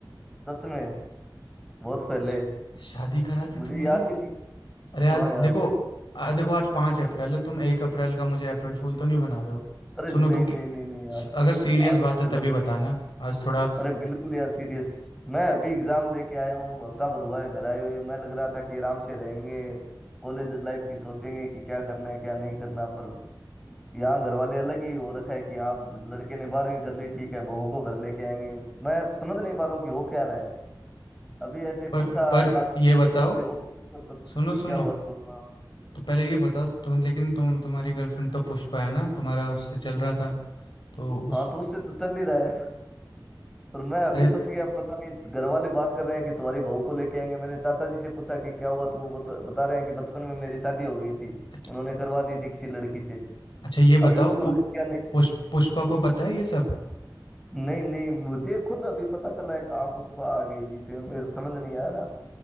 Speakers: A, in the centre; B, on the left (about 70°).
A: सच में बहुत पहले
B: श- शादी करा दी
A: मुझे
B: तुम्हारी
A: याद ही नहीं
B: अरे आज
A: हाँ यार
B: देखो आ, देखो आज पाँच अप्रैल है तुम एक अप्रैल का मुझे अप्रैल फूल तो नहीं बना रहे हो
A: अरे
B: सुनो
A: नहीं
B: क्योंकि
A: नहीं नहीं नहीं यार
B: स- अगर सीरियस
A: आज
B: बात
A: क्यों
B: है
A: बताऊं
B: तभी बताना आज थोड़ा
A: अरे बिल्कुल यार सीरियस मैं अभी एग्जाम दे के आया हूँ हफ्ता भर हुआ है घर आए हुए मैं लग रहा था कि आराम से रहेंगे कॉलेज लाइफ की सोचेंगे कि क्या करना है क्या नहीं करना पर यहाँ घर वाले अलग ही हो रखा है कि आप लड़के ने बारहवीं कर ली ठीक है बहू को घर लेके आएंगे मैं समझ नहीं पा रहा हूँ कि हो क्या रहा है अभी ऐसे
B: पर
A: पूछा
B: पर
A: चाचा
B: ये
A: जी या
B: बताओ
A: परिवार से उनसे पूछा तो
B: सुनो
A: कि क्या
B: सुनो
A: हुआ तो हाँ
B: तो पहले ये बताओ तुम लेकिन तुम तुम्हारी गर्लफ्रेंड तो पुष्पा है ना तुम्हारा उससे चल रहा था तो उस
A: हाँ तो उससे तो चल ही रहा है पर मैं अभी
B: अरे
A: फंस गया पता नहीं घर वाले बात कर रहे हैं कि तुम्हारी बहू को लेके आएंगे मैंने चाचा जी से पूछा कि क्या हुआ तो वो बता, बता रहे हैं कि बचपन में मेरी शादी हो गई थी
B: अच्छ-
A: उन्होंने करवा दी थी किसी लड़की से
B: अच्छा ये बताओ
A: अभी उसको
B: पु,
A: लेके आने
B: पुष, पुष्पा को पता है ये सब
A: नहीं नहीं मुझे खुद अभी पता चला है कहाँ पुष्पा आ गई बीच में मेरे समझ नहीं आ रहा